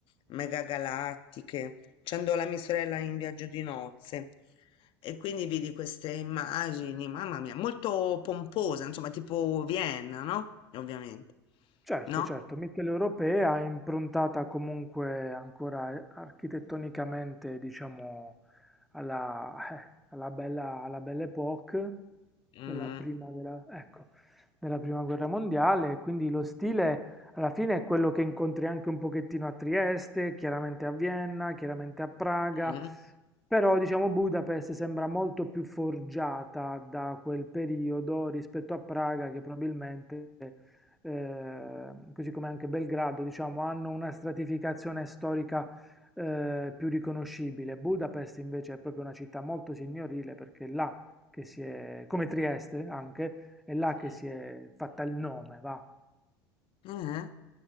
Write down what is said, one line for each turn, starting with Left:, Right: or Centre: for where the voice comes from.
Left: megagalattiche. Ci andò la mia sorella in viaggio di nozze e quindi vidi queste immagini, mamma mia, molto pomposa, insomma, tipo Vienna, no? Ovviamente,
Centre: Certo,
Left: no?
Centre: certo, mitteleuropea, improntata comunque ancora eh, architettonicamente, diciamo, alla, eh, alla bella, alla Belle Époque,
Left: Mm,
Centre: quella prima della, ecco, della prima guerra mondiale, quindi lo stile alla fine è quello che incontri anche un pochettino a Trieste, chiaramente a Vienna, chiaramente a Praga,
Left: mm,
Centre: però diciamo Budapest sembra molto più forgiata da quel periodo rispetto a Praga che probabilmente ehm, così come anche Belgrado, diciamo, hanno una stratificazione storica eh, più riconoscibile. Budapest invece è proprio una città molto signorile perché è là che si è, come Trieste anche, è là che
Left: mm,
Centre: si è fatta il nome, va.
Left: Eh?